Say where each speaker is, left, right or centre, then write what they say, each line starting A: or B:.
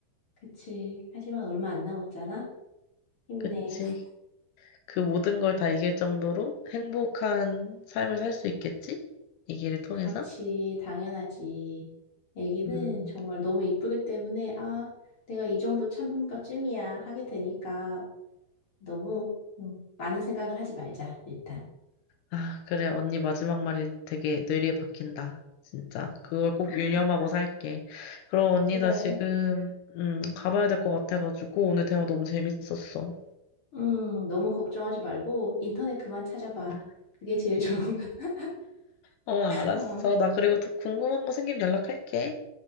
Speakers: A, on the left (about 40°); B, on the left (about 80°).
A: 그치. 하지만 얼마 안 남았잖아? 힘내.
B: 그치?
A: <laughs>
B: 그 모든 걸 다 이길 정도로 행복한 삶을 살 수 있겠지? 이 길을 통해서?
A: 그렇지. 당연하지. 애기는
B: 음.
A: 정말 너무 이쁘기 때문에, 아, 내가 이 정도 참은 것쯤이야. 하게 되니까 너무 음, 많은 생각을 하지 말자, 일단.
B: 아, 그래. 언니 마지막 말이 되게 뇌리에 박힌다. 진짜. 그걸 꼭 유념하고 살게. 그럼 언니
A: 그래.
B: 나 지금 음, 가봐야 될 것 같아가지고 오늘 대화 너무 재밌었어.
A: 음, 너무 걱정하지 말고 인터넷 그만 찾아봐.
B: 음
A: 그게 제일 좋은 <laughs>
B: 어, 알았어.
A: 거. 어.
B: 나 그리고 또 궁금한 거 생기면 연락할게.